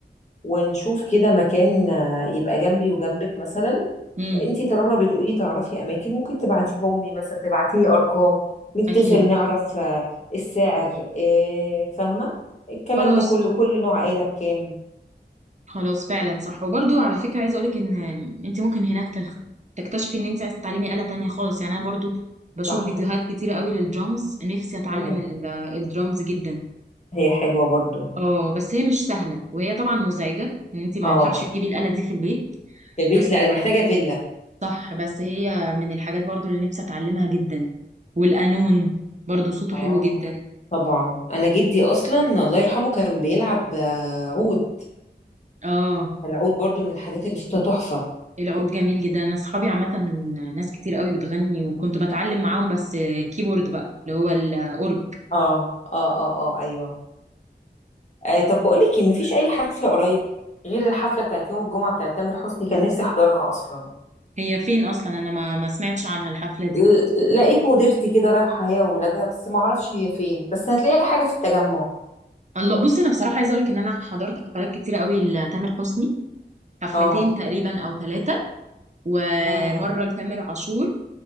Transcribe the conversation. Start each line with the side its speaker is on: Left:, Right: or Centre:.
Left: ونشوف كده مكان آه، يبقى جنبي وجنبك مثلا
Right: امم
Left: انتي طالما بتقولي تعرفي اماكن ممكن تبعتيهم لي مثلا تبعتيلي ارقام نتصل
Right: اكيد
Left: نعرف
Right: <laughs>
Left: آه، السعر آه، فاهمة الكلام
Right: خلاص
Left: ده كله كل نوع آلة بكام
Right: خلاص فعلا صح وبرضو على فكرة عايزة اقولك ان انت ممكن هناك تخ... تكتشفي ان انت عايزة تتعلمي آلة تانية خالص يعني انا برضو بشوف
Left: صح
Right: فيديوهات كتيرة قوي للدرامز نفسي اتعلم
Left: مم.
Right: ال- الدرامز جدا
Left: هي حلوة برضو
Right: اه بس هي مش سهلة وهي طبعا مزعجة ان انت ما
Left: اه
Right: ينفعش تجيبي الآلة دي في البيت
Left: في بيت
Right: بس
Left: لا محتاجة فيلا
Right: صح بس هي من الحاجات برضو اللي نفسي اتعلمها جدا والقانون برضو صوته
Left: اه
Right: حلو جدا
Left: طبعا انا جدي اصلا الله يرحمه كان بيلعب آه، عود
Right: اه
Left: فالعود برضو من الحاجات اللي صوتها تحفة
Right: العود جميل جدا انا اصحابي عامة ناس كتير قوي بتغني وكنت بتعلم معاهم بس كيبورد بقى اللي هو الاورج
Left: اه اه اه اه ايوه آه طب بقولك ما مفيش اي حفلة قريب غير الحفلة بتاعت يوم الجمعة بتاعت تامر حسني كان نفسي احضرها اصلا
Right: هي فين اصلا انا ما ما سمعتش عنها الحفله دي
Left: ل- لقيت مديرتي كده رايحة هي وولادها بس ما اعرفش هي فين بس هتلاقي حاجة في التجمع
Right: الله بصي انا بصراحه عايزه اقول لك ان انا حضرت حفلات كتيره قوي لتامر حسني حفلتين
Left: اه
Right: تقريبا او ثلاثه ومره
Left: مم.
Right: لتامر عاشور